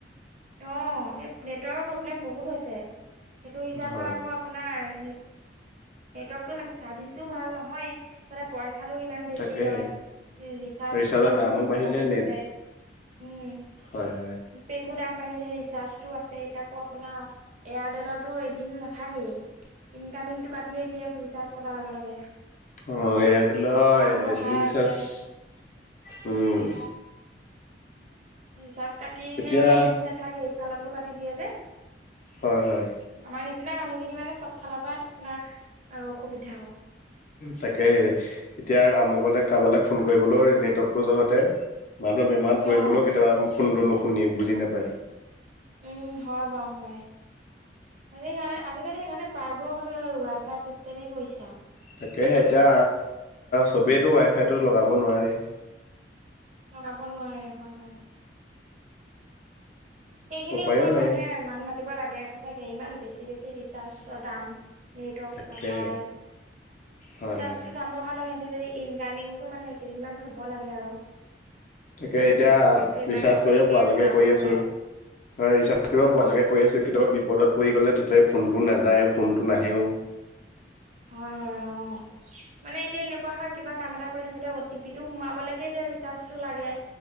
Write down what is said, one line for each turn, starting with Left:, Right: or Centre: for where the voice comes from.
Right: অ এই নেটৱৰ্কৰ প্ৰব্লেম বহুত হৈছে, সেইটো হিচাপত
Left: হয়
Right: আকৌ আপোনাৰ নেটৱৰ্কটো ছাৰ্ভিচটোও ভাল নহয়েই, ইফালে পইচাটো ইমান বেছি
Left: তাকেহে
Right: লয় ৰিচাৰ্জ
Left: ৰিচাৰ্জৰ
Right: বোৰ দামো বহুত
Left: বাঢ়িলে
Right: বাঢ়ি
Left: নেট
Right: গৈছে। উম
Left: হয় হয়।
Right: পেকো দাম বাঢ়িছে ৰিচাৰ্জটো আছেই তাকো আপোনাৰ এয়াৰটেলতো এদিন নাথাকেই ইনকামিংটো কাট দিয়ে দিয়ে ৰিচাৰ্জ কটাৰ লগে লগে।
Left: অ এয়াৰটেলৰ
Right: দাম বঢ়াই
Left: এদিন ৰিচাৰ্জ
Right: আছে
Left: উম
Right: ৰিচাৰ্জ কাটি দিলে
Left: এতিয়া
Right: মানে এদিন নাথাকেই এইফালতো কাটি দিয়ে যে।
Left: হয় হয়।
Right: আমাৰ নিচিনা মানুহখিনি মানে চব ফালৰ পৰা আপোনাৰ অসুবিধা আৰু।
Left: তাকে সে এতিয়া আমুকলে
Right: উম।
Left: কাৰবালৈ ফোন কৰিবলৈ নেটৱৰ্কটো যহতে মানুহ বেমাৰত পৰি
Right: অ'
Left: গ'লেও কেতিয়াবা ফোনটো নুশুনি বুজি নাপায়।
Right: উম হয় বাৰু হয়। আজ সেইকাৰণে আজিকালি সেইকাৰণে পাইপবোৰৰ সদতে ৱাই ফাই ছিষ্টেমেই কৰিছে আৰু।
Left: তাকেহে এতিয়া চবেইেতো ৱাইফাইটো লগাব নোৱাৰে।
Right: লগাব নোৱাৰে হয় হয়। সেইখিনিৰ
Left: উপায়ো
Right: ওপৰত
Left: নাই
Right: মানুহে মাত মাতিব লাগে সচাকে ইমান বেছি বেছি ৰিচাৰ্জৰ দাম। নেটৱৰ্ক
Left: তাকেহে
Right: নাপায়,
Left: হয়
Right: ৰিচাৰ্জটো
Left: হয়
Right: দাম বঢ়ালওঁ সিহঁতে যদি ইনকামিংটো মানে কেইদিনমান থ'ব লাগে আৰু।
Left: তাকে এতিয়া
Right: চবেইতো ইমান
Left: ৰিচাৰ্জ
Right: পতককে
Left: কৰিব পৰালৈকে
Right: ভৰাব
Left: কৰি
Right: নোৱাৰে
Left: আছো হয় ৰিচাৰ্জ
Right: হয়
Left: কৰিব পৰালৈকে
Right: হয়
Left: কৰি আছো। কেতিয়াবা বিপদত পৰি গ'লে তেতিয়া ফোনটো নাযায়ও ফোনটো নাহেও।
Right: হয় হয় অ, মানে এতিয়া এনেকুৱা হয় কিবা কাম এটা কৰি থাকোতে অ টি পি টো সোমাবলৈকে এতিয়া ৰিচাৰ্জটো লাগে